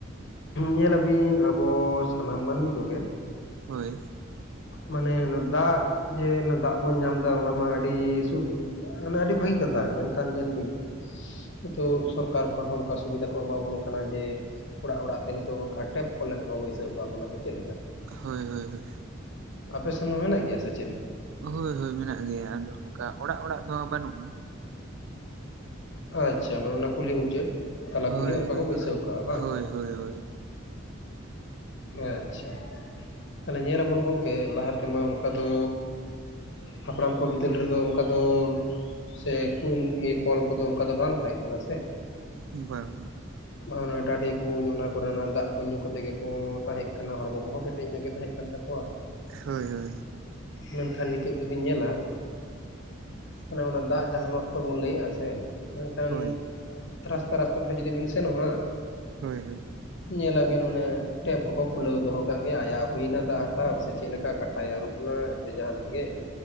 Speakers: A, on the left (about 60°); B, on the right (about 65°).
A: ᱧᱮᱞᱟᱵᱤᱱ ᱟᱵᱚ ᱥᱟᱱᱟᱢ ᱢᱟᱹᱱᱢᱤ ᱠᱚᱜᱮ᱾
B: ᱦᱳᱭ
A: ᱢᱟᱱᱮ ᱚᱱᱟ ᱫᱟᱜ ᱡᱮ ᱚᱱᱟ ᱫᱟᱜ ᱵᱚᱱ ᱧᱟᱢᱫᱟ ᱚᱱᱟ ᱢᱟ ᱟᱹᱰᱤ ᱥᱩᱨ ᱨᱮ ᱾ ᱚᱱᱮ ᱟᱹᱰᱤ ᱵᱷᱟᱹᱜᱤ ᱠᱟᱛᱷᱟ ᱢᱮᱱᱠᱷᱟᱱ ᱧᱮᱞ ᱵᱤᱱ᱾ ᱱᱤᱛᱚᱜ ᱥᱚᱨᱠᱟᱨ ᱠᱷᱚᱱ ᱦᱚᱸ ᱚᱱᱠᱟ ᱥᱩᱵᱤᱫᱷᱟ ᱠᱚ ᱮᱢᱟᱵᱚᱱ ᱠᱟᱱᱟ ᱡᱮ ᱾ ᱚᱲᱟᱜ ᱚᱲᱟᱜ ᱛᱮ ᱱᱤᱛᱚᱜ ᱚᱱᱠᱟ ᱴᱮᱯ ᱠᱚ ᱞᱮᱠᱟ ᱠᱚ ᱵᱟᱹᱭᱥᱟᱹᱣ ᱟᱠᱟᱫ ᱵᱚᱱᱟ ᱥᱮ ᱪᱮᱫ ᱞᱮᱠᱟ?
B: ᱦᱳᱭ ᱦᱳᱭ ᱦᱳᱭ
A: ᱟᱯᱮ ᱥᱮᱱ ᱢᱟ ᱢᱮᱱᱟᱜ ᱜᱮᱭᱟ ᱥᱮ ᱪᱮᱫ ᱞᱮᱠᱟ?
B: ᱦᱳᱭ ᱦᱳᱭ ᱢᱮᱱᱟᱜ ᱜᱮᱭᱟ ᱟᱫᱚ ᱱᱚᱝᱠᱟ ᱚᱲᱟᱜ ᱚᱲᱟᱜ ᱫᱚ ᱵᱟᱹᱱᱩᱜᱼᱟ᱾
A: ᱟᱪᱪᱷᱟ ᱢᱟᱱᱮ ᱚᱱᱟ ᱠᱩᱞᱦᱤ ᱢᱩᱪᱟᱹᱫ ᱛᱟᱞᱟ
B: ᱦᱳᱭ
A: ᱠᱩᱞᱦᱤ ᱚᱱᱠᱟ ᱠᱚ ᱵᱟᱹᱭᱥᱟᱹᱣ ᱠᱟᱜᱼᱟ ᱵᱟᱝ?
B: ᱦᱳᱭ ᱦᱳᱭ ᱦᱳᱭ
A: ᱟᱪᱪᱷᱟ ᱛᱟᱦᱞᱮ ᱧᱮᱞ ᱟᱵᱚᱱ ᱜᱚᱝᱠᱮ ᱞᱟᱦᱟ ᱛᱮᱢᱟ ᱚᱱᱠᱟ ᱫᱚ ᱦᱟᱯᱲᱟᱢ ᱠᱚ ᱵᱤᱫᱟᱹᱞ ᱨᱮᱫᱚ ᱚᱱᱠᱟ ᱫᱚ ᱥᱮ ᱠᱩᱧ ᱤᱟᱹ ᱠᱚᱞ ᱠᱚᱫᱚ ᱚᱱᱠᱟ ᱫᱚ ᱵᱟᱝ ᱛᱟᱦᱮᱸ ᱠᱟᱱᱟ ᱥᱮ᱾
B: ᱵᱟᱝ ᱵᱟᱝ
A: ᱵᱟ ᱚᱱᱟ ᱰᱟᱹᱰᱮ ᱠᱩᱧ ᱚᱱᱟ ᱠᱚᱨᱮᱱᱟᱜ ᱫᱟᱜ ᱠᱚ ᱧᱩ ᱠᱟᱛᱮ ᱜᱮ ᱠᱳ ᱛᱟᱦᱮᱸᱜ ᱠᱟᱱᱟ ᱦᱚᱲᱢᱚ ᱠᱚᱦᱚᱸ ᱠᱮᱴᱮᱡ ᱧᱚᱜ ᱜᱮ ᱛᱟᱦᱮᱸ ᱠᱟᱱ ᱛᱟᱠᱚᱣᱟ᱾
B: ᱦᱳᱭ ᱦᱳᱭ
A: ᱢᱮᱱᱠᱷᱟᱱ ᱱᱤᱛᱚᱜ ᱫᱚᱵᱤᱱ ᱧᱮᱞᱟ ᱚᱱᱮ ᱚᱱᱟ ᱫᱟᱜ ᱡᱟᱦᱟᱸ ᱱᱚᱥᱴᱚ ᱵᱚᱱ ᱞᱟᱹᱭᱟᱜᱼᱟ ᱥᱮ ᱢᱮᱱᱠᱷᱟᱱ
B: ᱦᱳᱭ
A: ᱨᱟᱥᱛᱟ ᱨᱟᱥᱛᱟ ᱛᱮᱦᱚ ᱡᱩᱫᱤ ᱵᱚᱱ ᱥᱮᱱᱚᱜᱼᱟ
B: ᱦᱳᱭ ᱦᱳᱭ
A: ᱧᱮᱞ ᱟᱵᱤᱱ ᱚᱱᱮ ᱴᱮᱯ ᱠᱚᱠᱚ ᱠᱷᱩᱞᱟᱹᱣ ᱫᱚᱦᱚ ᱠᱟᱜ ᱜᱮᱭᱟ ᱟᱭᱟᱜ ᱦᱩᱭᱱᱟ ᱫᱟᱜ ᱦᱟᱛᱟᱣ ᱥᱮ ᱪᱮᱫ ᱞᱮᱠᱟ ᱠᱟᱴᱟᱭ ᱟᱹᱨᱩᱵ ᱮᱱᱟ ᱥᱮ ᱡᱟᱦᱟᱱᱟᱜ ᱜᱮ᱾